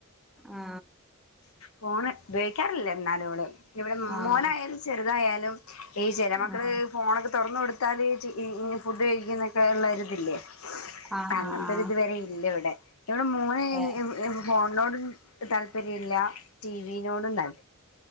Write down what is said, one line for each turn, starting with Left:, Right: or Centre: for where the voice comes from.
Centre: ആ
Left: ഫോണ് ഉപയോഗിക്കാറില്ല എന്നാലുംഅവള് ഇവിടെ
Centre: ആഹ്
Left: മോനായാലും ചെറുതായാലും ഏ ചില മക്കള്
Centre: ആഹ്
Left: ഫോണൊക്കെ തുറന്ന കൊടുത്താല് ചികി ഞ് ഫുഡ് കഴിക്കുന്നൊക്കെ ഉള്ള ഒരുത്ല്ലേ
Centre: ആഹ്
Left: അങ്ങനത്ത
Centre: ആഹ് ആഹ്
Left: ഒര്ത് ഇതുവരെ ഇല്ല ഇവിടെ ഇവിടെ മോന്
Centre: ഏഹ്
Left: ഫോണിനോടും താല്പര്യം ഇല്ല ടി വിനോടും താൽ